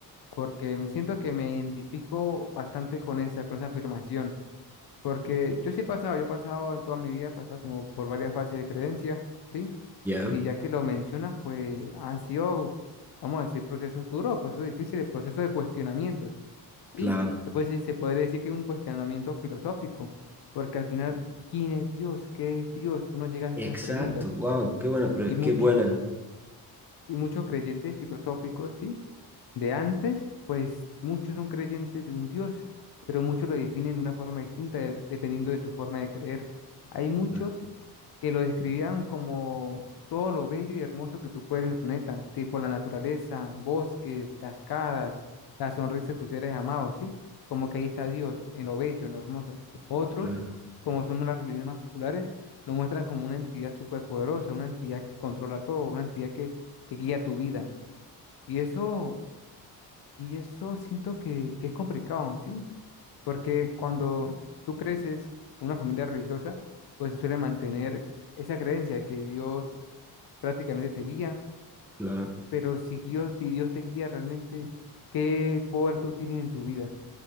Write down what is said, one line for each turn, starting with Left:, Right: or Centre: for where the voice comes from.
Left: porque me siento que me identifico bastante con esa, con esa afirmación. Porque yo sí he pasado, yo he pasado en toda mi vida, he pasado como por varias fases de creencia, ¿sí?
Centre: Ya,
Left: Y ya que lo mencionas, pues han sido, vamos a decir, procesos duros, procesos difíciles, procesos de cuestionamiento,
Centre: claro,
Left: ¿sí? Después sí se podría decir que es un cuestionamiento filosófico, porque al final, ¿quién es Dios? ¿Qué es Dios? Uno llega a esas
Centre: Exacto,
Left: preguntas.
Centre: wow, qué buena, pre-
Left: Y, mucho,
Centre: qué buena.
Left: y muchos creyentes filosóficos, ¿sí? de antes, pues muchos son creyentes de un Dios, pero muchos lo definen de una forma distinta de- dependiendo de su forma de creer. Hay muchos
Centre: mm,
Left: que lo describían como todo lo bello y hermoso que tú puedes en el planeta, tipo la naturaleza, bosques, cascadas, la sonrisa de tus seres amados, ¿sí? Como que ahí está Dios, en lo bello, en lo hermoso. Otros,
Centre: claro,
Left: como son las religiones más populares, lo muestran como una entidad superpoderosa, una entidad que controla todo, una entidad que, que guía tu vida. Y eso y eso siento que, que es complicado, ¿sí? Porque cuando tú creces en una familia religiosa, pues se suele mantener esa creencia de que Dios prácticamente te guía,
Centre: claro.
Left: pero si Dios, si Dios te guía realmente, ¿qué poder tú tienes en tu vida?